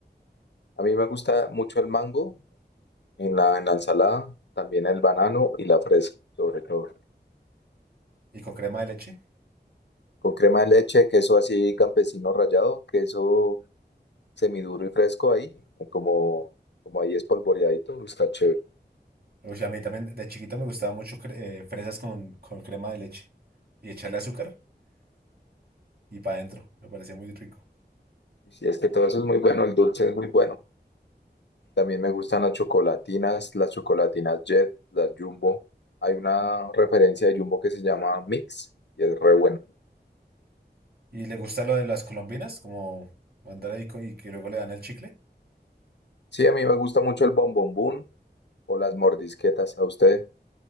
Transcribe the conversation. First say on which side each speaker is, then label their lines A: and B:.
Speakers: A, on the left; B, on the right.
A: A mí me gusta mucho el mango en la, en la ensalada, también el banano y la fresa, sobre todo.
B: y con crema de leche.
A: Con crema de leche, queso así campesino rallado, queso semiduro y fresco ahí, como, como ahí espolvoreadito, está chévere.
B: O sea, a mí también de chiquito me gustaba mucho cre- eh, fresas con, con crema de leche y echarle azúcar y para adentro. Me parecía muy rico.
A: Y sí, es que todo eso es muy bueno, el dulce es muy bueno. También me gustan las chocolatinas, las chocolatinas Jet, las Jumbo. Hay una referencia de Jumbo que se llama Mix y es re bueno.
B: ¿Y le gusta lo de las colombinas? Como mandar ahí co- y que luego le dan el chicle.
A: Sí, a mí me gusta mucho el bombombón o las mordisquetas. A usted